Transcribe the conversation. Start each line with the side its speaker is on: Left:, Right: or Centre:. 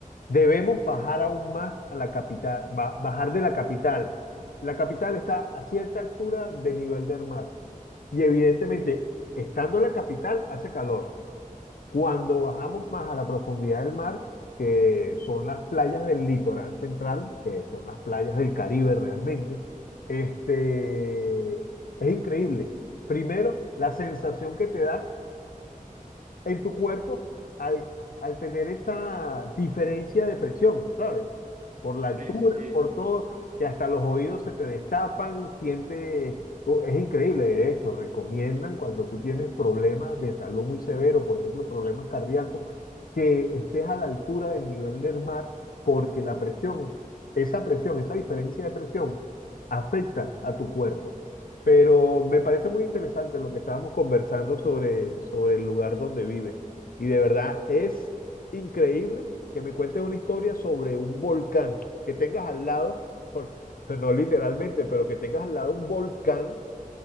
Left: debemos bajar aún más a la capital, ba- bajar de la capital. La capital está a cierta altura de nivel del mar y evidentemente, estando en la capital, hace calor. Cuando bajamos más a la profundidad del mar, que son las playas del litoral central, que son las playas del Caribe realmente, este, es increíble. Primero, la sensación que te da en tu cuerpo al, al tener esa diferencia de presión, ¿sabes? Por la altura,
Right: sí, sí, sí.
Left: por todo, que hasta los oídos se te destapan, siente, o- es increíble, de hecho, recomiendan cuando tú tienes problemas de salud muy severos, por ejemplo, problemas cardíacos, que estés a la altura del nivel del mar, porque la presión, esa presión, esa diferencia de presión, afecta a tu cuerpo. Pero me parece muy interesante lo que estábamos conversando sobre, sobre el lugar donde vive. Y de verdad es increíble que me cuentes una historia sobre un volcán que tengas al lado, <laughs> por- pues no literalmente, pero que tengas al lado un volcán,